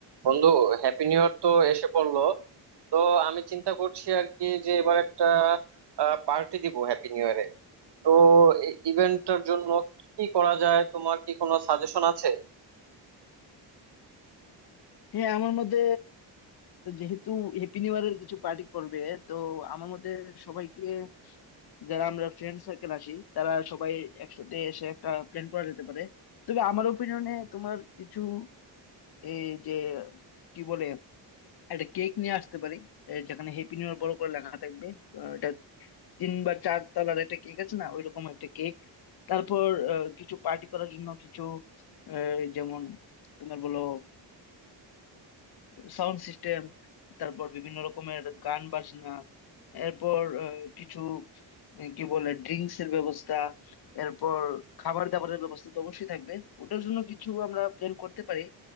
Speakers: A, on the right; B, on the left.
A: বন্ধু happy new year তো এসে পড়লো তো আমি চিন্তা করছি আর কি যে এবার একটা পার্টি দিব হ্যাপি নিউ ইয়ারে তো এই ইভেন্টটার জন্য কি করা যায় তোমার কি কোনো সাজেশন আছে
B: হ্যাঁ আমার মতে যেহেতু হ্যাপি নিউ ইয়ারের কিছু পার্টি করবে তো আমার মতে সবাইকে যারা আমরা ফ্রেন্ড সার্কেল আসি তারা সবাই একসাথে এসে একটা প্ল্যান করা যেতে পারে তবে আমার ওপিনিয়নে তোমার কিছু এই যে কি বলে একটা কেক নিয়ে আসতে পারি এই যেখানে হ্যাপি নিউ ইয়ার বড় করে লেখা থাকবে আহ, এটা তিন বা চার তলার একটা কেক আছে না ওইরকম একটা কেক তারপর আহ, কিছু পার্টি করার জন্য কিছু আহ, যেমন তোমার বলো সাউন্ড সিস্টেম তারপর বিভিন্ন রকমের গান বাজনা এরপর আহ, কিছু আহ, কি বলে ড্রিঙ্কস এর ব্যবস্থা এরপর খাবার দাবারের ব্যবস্থা তো অবশ্যই থাকবে ওটার জন্য কিছু আমরা প্ল্যান করতে পারি